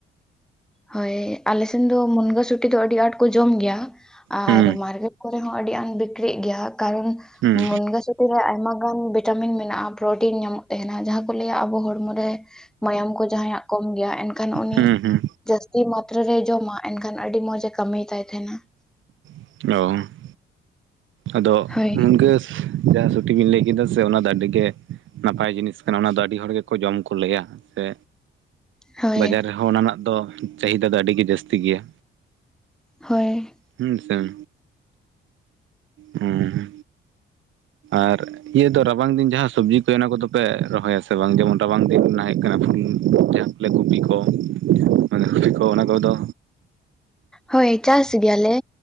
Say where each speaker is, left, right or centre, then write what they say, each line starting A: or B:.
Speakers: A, in the centre; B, on the right.
A: ᱦᱳᱣ ᱟᱞᱮ ᱥᱮᱱ ᱫᱚ ᱢᱩᱱᱜᱟᱹ ᱥᱩᱴᱤ ᱫᱚ ᱟᱹᱰᱤ ᱟᱸᱴ ᱠᱚ ᱡᱚᱢ ᱜᱮᱭᱟ᱾ ᱟᱨ
B: ᱦᱩᱸ
A: ᱢᱟᱨᱠᱮᱴ ᱠᱚᱨᱮ ᱦᱚᱸ ᱟᱹᱰᱤ ᱟᱸᱴ ᱵᱤᱠᱠᱤᱨᱤᱜ ᱜᱮᱭᱟ, ᱠᱟᱨᱚᱱ
B: ᱦᱩᱸ
A: ᱢᱩᱱᱜᱟᱹ ᱥᱩᱴᱤ ᱨᱮ ᱟᱭᱢᱟ ᱜᱟᱱ ᱵᱷᱤᱴᱟᱢᱤᱱ ᱢᱮᱱᱟᱜᱼᱟ, ᱯᱨᱚᱴᱤᱱ ᱧᱟᱢᱚᱜ ᱛᱟᱸᱦᱮᱱᱟ ᱡᱟᱦᱟᱸ ᱠᱚ ᱞᱟᱹᱭᱟ ᱟᱵᱚ ᱦᱚᱲᱢᱚ ᱨᱮ, ᱢᱟᱭᱟᱢ ᱠᱚ ᱡᱟᱸᱦᱟᱭᱟᱜ ᱠᱚᱢ ᱜᱮᱭᱟ ᱮᱱᱠᱷᱟᱱ ᱩᱱᱤ,
B: ᱦᱩᱸ ᱦᱩᱸ
A: ᱡᱟᱹᱥᱛᱤ ᱢᱟᱛᱨᱟ ᱨᱮᱭ ᱡᱚᱢᱟ ᱮᱱᱠᱷᱟᱱ ᱟᱹᱰᱤ ᱢᱚᱸᱡᱽ ᱮ ᱠᱟᱹᱢᱤ ᱛᱟᱭ ᱛᱟᱸᱦᱮᱱᱟ ᱾
B: ᱚ ᱟᱫᱚ
A: ᱦᱳᱭ
B: ᱢᱩᱱᱜᱟᱹ ᱡᱟᱸᱦᱟ ᱥᱩᱴᱤ ᱵᱤᱱ ᱞᱟᱹᱭ ᱠᱮᱫᱟ ᱥᱮ ᱚᱱᱟ ᱫᱚ ᱟᱹᱰᱤ ᱜᱮ, ᱱᱟᱯᱟᱭ ᱡᱤᱱᱤᱥ ᱠᱟᱱᱟ ᱚᱱᱟ ᱫᱚ ᱟᱹᱰᱤ ᱦᱚᱲ ᱜᱮᱠᱚ ᱡᱚᱢ ᱠᱚ ᱞᱟᱹᱭᱟ ᱥᱮ,
A: ᱦᱳᱭ
B: ᱵᱟᱡᱟᱨ ᱨᱮᱦᱚᱸ ᱚᱱᱟ ᱨᱮᱱᱟᱜ ᱫᱚ ᱪᱟᱹᱦᱤᱫᱟ ᱫᱚ ᱟᱹᱰᱤᱜᱮ ᱡᱟᱹᱥᱛᱤ ᱜᱮᱭᱟ᱾
A: ᱦᱳᱭ᱾
B: ᱦᱩᱸ ᱥᱮᱢ᱾ ᱦᱮᱸ ᱾ ᱟᱨ ᱤᱭᱟᱹ ᱫᱚ ᱨᱟᱵᱟᱝ ᱫᱤᱱ ᱡᱟᱦᱟᱸ ᱥᱚᱵᱽᱡᱤ ᱯᱮ ᱚᱱᱟ ᱠᱚᱫᱚ ᱯᱮ ᱨᱚᱦᱚᱭ ᱟᱥᱮ ᱵᱟᱝ? ᱡᱮᱢᱚᱱ ᱨᱟᱵᱟᱝ ᱫᱤᱱ ᱨᱮᱱᱟᱜ ᱦᱩᱭᱩᱜ ᱠᱟᱱᱟ ᱯᱷᱩᱞ <unintelligible> ᱞᱮ ᱠᱚᱯᱤ ᱠᱚ ᱢᱟᱱᱮ ᱠᱚᱯᱤ ᱠᱚ ᱚᱱᱟ ᱠᱚᱫᱚ
A: ᱦᱳᱭ ᱪᱟᱥ ᱜᱮᱭᱟ ᱞᱮ᱾